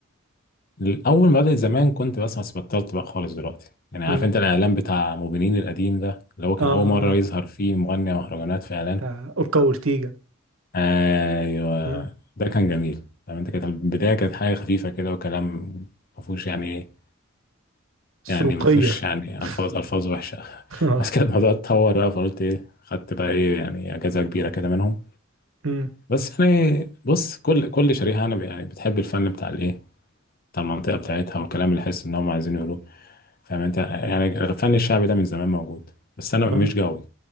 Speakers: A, on the left; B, on the right.
A: الاول ما بدات زمان كنت بسمع بس بطلت بقى خالص دلوقتي يعني
B: مم.
A: عارف انت الاعلان بتاع موبينيل القديم ده اللي هو كان
B: اه
A: اول مره يظهر فيه مغني مهرجانات في اعلان
B: بتاع أوكا وأورتيجا
A: ايوه
B: آه.
A: ده كان جميل فاهم انت كانت البدايه كانت حاجه خفيفه كده وكلام ما فيهوش يعني
B: سوقية
A: يعني ما فيهوش يعني
B: <laughs>
A: الفاظ الفاظ وحشه <laughs>
B: اه
A: بس كده الموضوع اتطور بقى فقلت ايه خدت بقى ايه يعني اجازه كبيره كده منهم
B: مم.
A: بس يعني بص كل كل شريحه انا يعني بتحب الفن بتاع الايه بتاع المنطقه بتاعتها والكلام اللي حاسس ان هم عايزين يقولوه فاهم انت يعني الفن الشعبي ده من زمان موجود بس انا مش
B: آه.
A: جوي